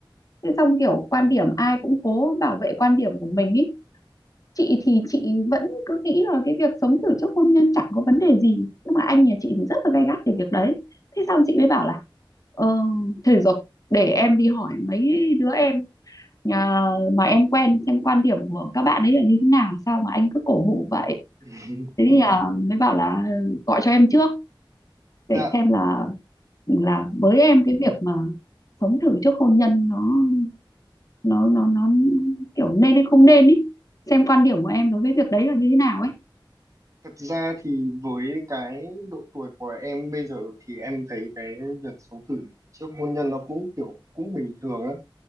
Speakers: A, on the left; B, on the right.
A: Thế xong kiểu quan điểm ai cũng cố bảo vệ quan điểm của mình ý. Chị thì chị vẫn cứ nghĩ là cái việc sống thử trước hôn nhân chẳng có vấn đề gì nhưng mà anh nhà chị thì rất là gay gắt về việc đấy. Thế xong chị mới bảo là ờ, thế rồi để em đi hỏi mấy đứa em à, mà em quen xem quan điểm của các bạn ấy là như thế nào sao mà anh cứ cổ hủ vậy
B: <laughs>
A: thế thì à, mới bảo là ờ, gọi cho em trước để
B: dạ
A: xem là là với em cái việc mà sống thử trước hôn nhân nó nó nó nó kiểu nên hay không nên ý xem quan điểm của em đối với việc đấy là như thế nào ấy
B: thật ra thì với cái độ tuổi của em bây giờ thì em thấy cái việc sống thử trước hôn nhân nó cũng kiểu cũng bình thường á